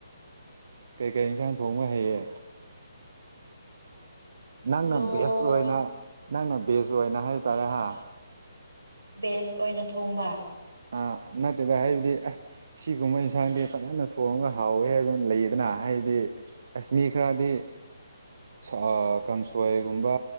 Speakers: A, on the right; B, on the right.
A: ꯀꯩꯀꯩ ꯌꯦꯟꯁꯥꯡ ꯊꯣꯡꯕ ꯍꯩꯌꯦ ꯅꯪꯅ
B: ꯂꯣꯏ
A: ꯕꯦꯁ ꯑꯣꯏꯅ ꯅꯪꯅ ꯕꯦꯁ ꯑꯣꯏꯅ ꯍꯥꯏꯇꯥꯔꯦ ꯍꯥ
B: ꯕꯦꯁ ꯑꯣꯏꯅ ꯊꯣꯡꯕ
A: ꯑ ꯅꯠꯇꯦꯗ ꯍꯥꯏꯗꯤ ꯁꯤꯒꯨꯝꯕ ꯌꯦꯟꯁꯥꯡꯗꯤ ꯐꯖꯅ ꯊꯣꯡꯉꯒ ꯍꯥꯎꯋꯦ ꯍꯥꯏꯕ ꯑꯃ ꯂꯩꯌꯦꯗꯅ ꯍꯥꯏꯕꯗꯤ ꯑꯁꯃꯤ ꯈꯔꯗꯤ ꯑ ꯀꯥꯡꯁꯣꯏꯒꯨꯝꯕ